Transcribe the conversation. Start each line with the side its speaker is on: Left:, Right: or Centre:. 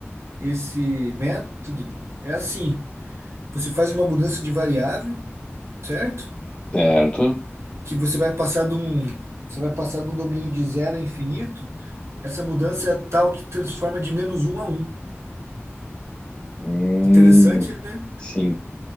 Right: esse método é assim. Você faz uma mudança de variável, certo?
Left: Certo?
Right: Que você vai passar de um, você vai passar de um domínio de zero a infinito. Essa mudança é tal que transforma de menos um a um.
Left: Hum,
Right: Interessante, né?
Left: sim.